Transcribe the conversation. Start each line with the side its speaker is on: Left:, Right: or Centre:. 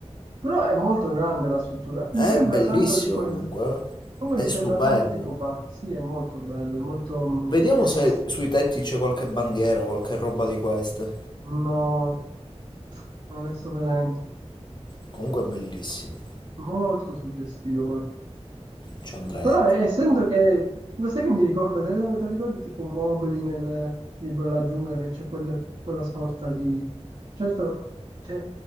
Right: Però è molto grande la struttura,
Left: È
Right: mi sembra
Left: bellissimo
Right: tanto di quel...
Left: comunque, eh.
Right: Come mi
Left: È stupendo.
Right: sembra tanto tipo, bah, sì, è molto bello, è molto... mm,
Left: Vediamo se
Right: questo.
Left: sui tetti c'è qualche bandiera o qualche roba di queste.
Right: No, non ne sto vedendo,
Left: Comunque è bellissimo.
Right: molto suggestivo. eh.
Left: Ci andrei.
Right: Però eh, essendo che, lo sai che mi ricorda, te lo, te lo ricordi tipo Mowgli nel libro della giungla che c'è quel- quella sorta di... Certo, c'è,